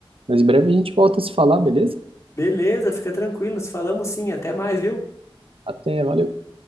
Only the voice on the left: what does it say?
Beleza, fica tranquilo. Falamos sim, até mais, viu?